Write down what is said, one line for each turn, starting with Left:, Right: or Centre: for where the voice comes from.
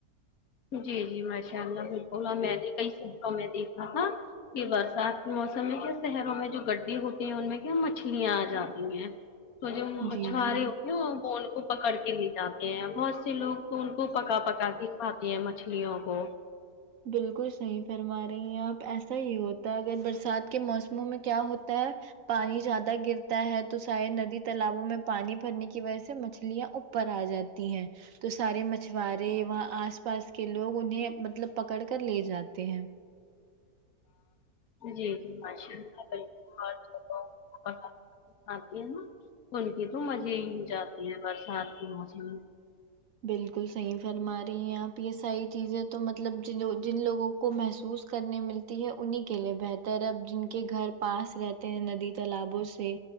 Left: جی جی ماشاء اللہ بالکل اور میں نے کئی سبقوں میں دیکھا تھا یہ برسات کے موسم میں کیا شہروں میں جو گڈے ہوتی ہیں ان میں کیا مچھلیاں آ جاتی ہیں تو جو مچھوارے
Right: جی جی
Left: ہو وہ ان کو پکڑ کے لے جاتے ہیں بہت سے لوگ تو ان کو پکا پکا کے پاتے ہیں مچھلیوں کو
Right: بالکل صحیح فرما رہے ہیں آپ ایسا ہی ہوتا ہے اگر برسات کے موسموں میں کیا ہوتا ہے پنی زیادہ گرتا ہے تو سری ندی طالبو میں پانی بھر نی کی وجہ سے مچھلیا اپر اجاتی ہے تو سارے مچورے وہا آس پاس کے لوگ انھے مطلب پکڑ کر لے جاتے ہیں
Left: جی جی ماشاللہ بلکل ہاں آتی ہیں نا ان کے تو مزے ہی ہو جاتے ہیں برسات کے موسم میں
Right: بالکل صحیح فرما رہی ہیں آپ یہ ساری چیزیں تو مطلب ج جن لوگوں کو کو محسوس کرنے ملتی ہے انہیں کے لیے بہتر ہے اب جن کے گھر پاس رہتے ہیں ندی تالابوں سے